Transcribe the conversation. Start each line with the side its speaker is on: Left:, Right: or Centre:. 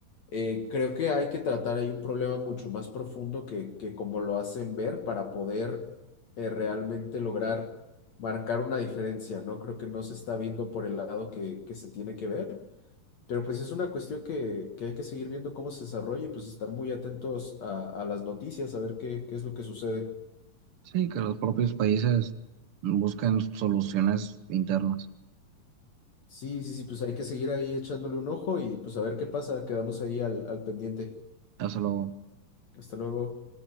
Left: eh, creo que hay que tratar ahí un problema mucho más profundo que, que como lo hacen ver para poder eh, realmente lograr marcar una diferencia, ¿no? Creo que no se está viendo por el lado que, que se tiene que ver. Pero pues es una cuestión que, que hay que seguir viendo cómo se desarrolla y pues estar muy atentos a, a las noticias, a ver qué, qué es lo que sucede.
Right: Sí, que los propios países buscan soluciones internas.
Left: Sí, sí, sí, pues hay que seguir ahí echándole un ojo y pues a ver qué pasa. Quedamos ahí al, al pendiente.
Right: Hasta luego.
Left: Hasta luego.